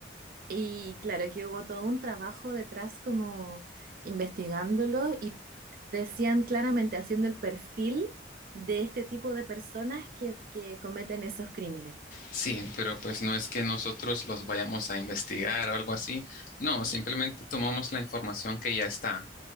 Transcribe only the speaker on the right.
Y claro que hubo todo un trabajo detrás como investigándolo y decían claramente haciendo el perfil de este tipo de personas que, que cometen esos crímenes.